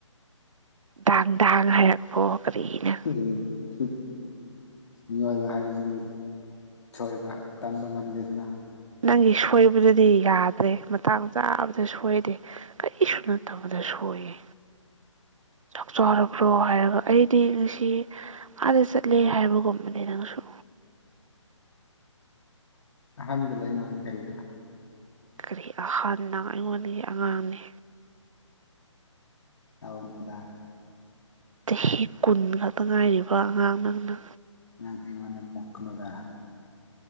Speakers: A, on the right; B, on the left.
A: ꯗꯥꯥꯡ ꯗꯥꯥꯡ ꯍꯥꯏꯔꯛꯄꯣ ꯀꯔꯤꯅꯣ
B: ꯎꯝ ꯍꯍ ꯃꯤꯑꯣꯏꯕ ꯍꯥꯏꯕꯁꯤꯗꯤ ꯁꯣꯏꯕ ꯇꯝꯕ ꯉꯝꯗꯦꯗꯅ
A: ꯅꯪꯒꯤ ꯁꯣꯏꯕꯗꯨꯗꯤ ꯌꯥꯗ꯭ꯔꯦ ꯃꯇꯥꯡ ꯆꯥꯕꯗ ꯁꯣꯏꯗꯦ ꯀꯔꯤꯁꯨ ꯅꯠꯇꯕꯗ ꯁꯣꯏꯌꯦ ꯆꯥꯛ ꯆꯥꯔꯕ꯭ꯔꯣ ꯍꯥꯏꯔꯒ ꯑꯩꯗꯤ ꯉꯁꯤ ꯑꯥꯗ ꯆꯠꯂꯦ ꯍꯥꯏꯕꯒꯨꯝꯕꯅꯦ ꯅꯪꯁꯨ
B: ꯑꯍꯟꯒꯤ ꯂꯩꯅꯥꯅꯦ ꯀꯔꯤꯔꯥ
A: ꯀꯔꯤ ꯑꯍꯥꯟꯅ ꯑꯩꯉꯣꯟꯗꯒꯤ ꯑꯉꯥꯡꯅꯦ
B: ꯇꯧꯅꯨꯗꯥ
A: ꯆꯍꯤ ꯀꯨꯟ ꯈꯛꯇ ꯉꯥꯏꯔꯤꯕ ꯑꯉꯥꯡ ꯅꯪꯅ
B: ꯅꯪ ꯑꯩꯉꯣꯟꯗ ꯃꯨꯛꯀꯅꯨꯗꯥ